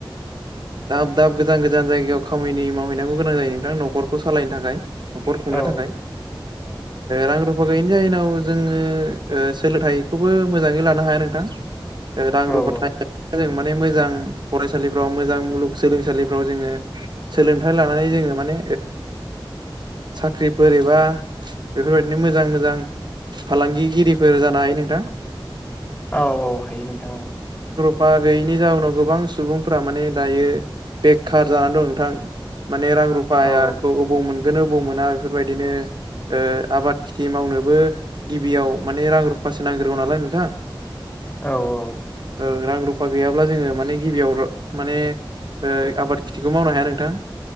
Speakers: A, on the right (about 55°); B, on the left (about 25°).
A: दाब दाब गोजान गोजान जायगायाव खामानि मावहै गोना जायो नोंथां न'खरखौ सालायनो थाखाय न'खर खुंनो
B: औ
A: थाखाय
B: औ
A: रां फा गैयैनि जाहोनाव जोङो सोलोंथाइखौबो मोजाङै लानो हाया नोंथां रां
B: औ
A: रुफा <unintelligible> माने मोजां फरायसालिफ्राव मोजां मुलुगलोंसालिफोराव जों हाइ लानानै जोङो माने साख्रिफोर एबा बेफोरबायदिनो मोजां मोजां फालांगिगिरिफोर जानो हायो नोंथां
B: औ औ हायो नोंथां औ
A: बा गैयैनि जाउनाव गोबां सुबुंफोरा माने दायो बेखार जानानै दं नोंथां माने रां रुफायाखौ
B: औ
A: अबाव मोनगोन अबाव मोना बेफोरबायदिनो आबाद खेथि मावनोबो गिबियाव माने रां रुफासो नांग्रोगौ नालाय नोंथां
B: औ औ
A: ओ रां रुफा गैयाब्ला जोङो माने गिबियाव माने आबाद खिथिखौ मावनो हाया नोंथां।